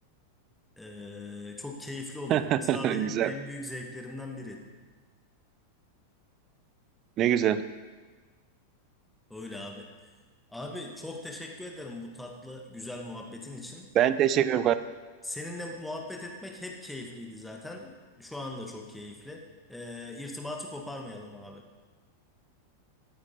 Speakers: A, in the centre; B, on the right.
A: Ee, çok keyifli olur.
B: <laughs>
A: Halı saha benim
B: Güzel.
A: en büyük zevklerimden biri.
B: Ne güzel.
A: Öyle abi. Abi çok teşekkür ederim bu tatlı güzel muhabbetin için.
B: Ben teşekkür ederim.
A: Seninle muhabbet etmek hep keyifliydi zaten. Şu anda çok keyifli. Ee, irtibatı koparmayalım abi.